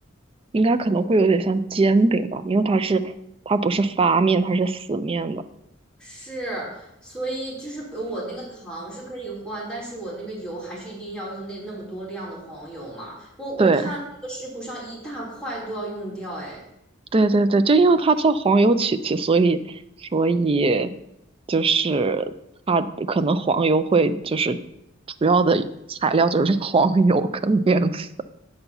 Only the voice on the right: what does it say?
应该可能会有点像煎饼吧，因为它是它不是发面，它是死面的。
对。
对对对，就因为它叫黄油曲奇，所以所以就是它可能黄油会就是主要的材料就是 <laughs> 黄油跟面粉